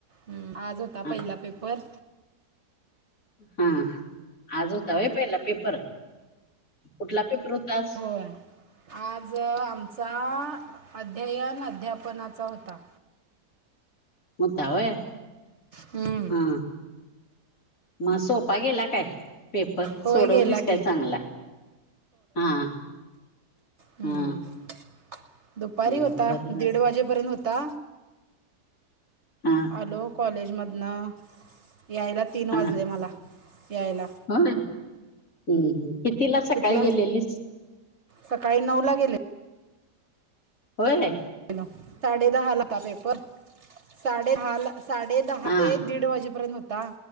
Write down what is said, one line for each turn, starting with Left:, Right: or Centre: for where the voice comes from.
Right: ह आज होता
Left: हा
Right: पहिला पेपर.
Left: हा आज होता व्हय पहिला पेपर? कुठला पेपर होता आज?
Right: होय आज? तर आमचा अध्ययन अध्यापनाचा होता.
Left: होता व्हय?
Right: हम्म
Left: हा. मग सोपा गेला काय? पेपर
Right: होय
Left: सोडवलीस
Right: गेला
Left: काय
Right: की
Left: चांगला? हा.
Right: हम्म
Left: हा
Right: दुपारी
Left: हम्म
Right: होता
Left: बरं झालं
Right: दीड वाजेपर्यंत होता.
Left: हा
Right: आलो कॉलेजमधन. यायला तीन वाजले
Left: हा
Right: मला यायला.
Left: होय हम्म हम कितीला सकाळी
Right: तिथनं
Left: गेलेलीस?
Right: सकाळी नऊ ला गेले.
Left: होय ना?
Right: गेलो साडे दहाला होता पेपर. साडे दहाला साडे दहा
Left: हा
Right: ते दीड वाजेपर्यंत हो